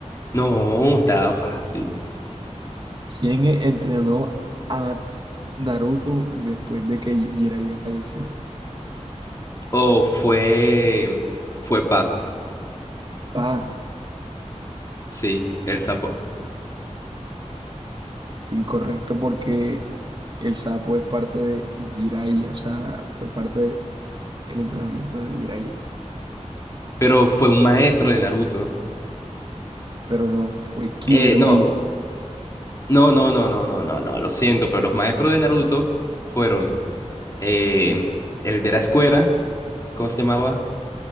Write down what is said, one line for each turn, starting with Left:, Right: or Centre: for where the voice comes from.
Left: No, estaba fácil.
Right: ¿Quién e- entrenó a Naruto después de que Jiraiya falleció?
Left: O fue, fue Pa,
Right: Pa.
Left: sí, el sapo.
Right: Incorrecto porque el sapo es parte de Jiraiya, o sea, fue parte del entrenamiento de Jiraiya,
Left: Pero fue un maestro de Naruto.
Right: pero no fue Killer
Left: Eh, no,
Right: Bee.
Left: no, no, no, no, no, no, no, lo siento, pero los maestros de Naruto fueron eh, el de la escuela, ¿cómo se llamaba?